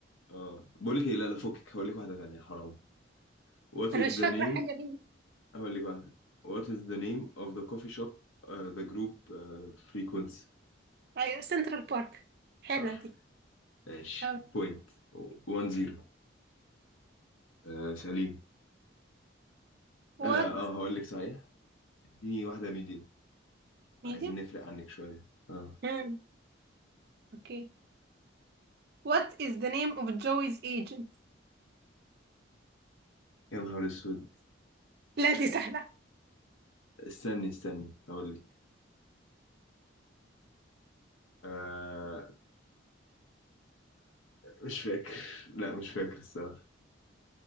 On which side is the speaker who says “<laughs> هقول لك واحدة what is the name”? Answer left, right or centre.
Left